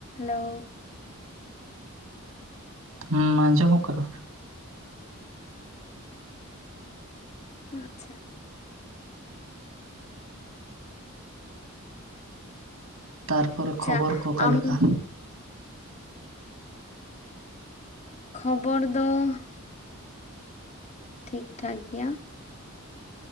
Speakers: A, on the left; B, on the right.
A: ᱦᱮᱞᱳᱹᱹᱹᱹ ᱾
B: ᱦᱩᱸ, ᱟᱸᱡᱚᱢᱚᱜ ᱠᱟᱱᱟ ᱾
A: ᱟᱸᱪᱪᱷᱟ ᱾
B: ᱛᱟᱨᱯᱚᱨᱮ
A: ᱟᱪᱪᱷᱟ
B: ᱠᱷᱚᱵᱚᱨ ᱠᱚ ᱚᱠᱟ
A: ᱟᱢ
B: ᱞᱮᱠᱟ?
A: ᱠᱷᱚᱵᱚᱨ ᱫᱚ ᱸᱸ ᱴᱷᱤᱠ- ᱴᱷᱟᱠ ᱜᱮᱭᱟ ᱾